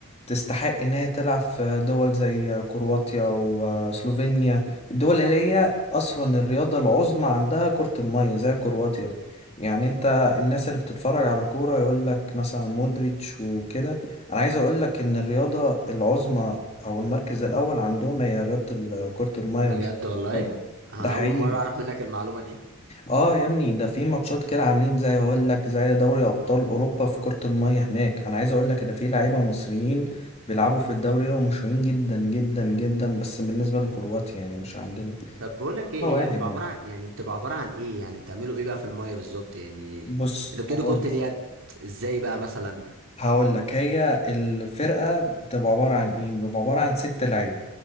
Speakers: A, on the left (about 30°); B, on the right (about 60°).
A: تستحق ان هي تلعب في دول زي كرواتيا وسلوفينيا الدول اللي هي اصلا الرياضة العظمى عندها كرة المية زي كرواتيا يعني الناس اللي بتتفرج على كورة يقول لك مثلا مودريتش وكده انا عايز اقول لك ان الرياضة العظمى او المركز الاول عندهم هي رياضة ال- كرة المية
B: بجد
A: مش
B: والله
A: كرة القدم
B: أنا
A: ده حقيقي
B: اول مره اعرف منك المعلومه دي
A: اه يا ابني ده في ماتشات كده عاملين زي اقول لك زي دوري ابطال اوروبا في كرة المية هناك انا عايز اقول لك ان في لعيبة مصريين بيلعبوا في الدوري ده ومشهورين جدا جدا جدا بس بالنسبة لكرواتيا يعني مش عندنا
B: طب بقول لك ايه
A: مواهب
B: هي بتبقى
A: يعني
B: عباره عن يعني بتبقى عباره عن ايه يعني بتعملوا ايه بقى في الميه بالظبط يعني
A: بص
B: انت بتقولي
A: هقول
B: كره اليد ازاي بقى مثلا
A: هقول لك هي الفرقة بتبقى عبارة عن ايه بتبقى عبارة عن ست لعيبة